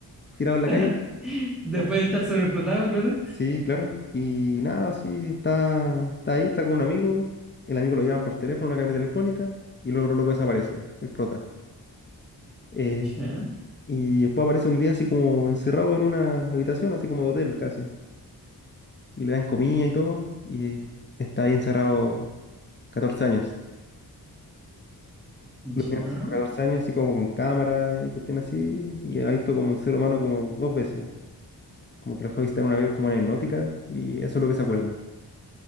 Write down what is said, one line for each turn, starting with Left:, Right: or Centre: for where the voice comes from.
Left: tirado
Centre: <laughs>
Left: en la calle.
Centre: Después de estar sobreexplotado, claro.
Left: Sí, claro. Y nada, sí, está, está ahí, está con un amigo. El amigo lo llama por teléfono, una cabina telefónica, y luego loco desaparece, el prota. Eh,
Centre: Ya,
Left: y después aparece un día así como encerrado en una habitación, así como de hotel casi. Y le dan comida y todo, y está ahí encerrado 14 años. Lo
Centre: ya.
Left: tienen encerrado 14 años, así como con cámara y cuestiones así, y ha visto como el ser humano como dos veces. Como que lo fue a visitar una vez como una hipnótica, y eso es lo que se acuerda.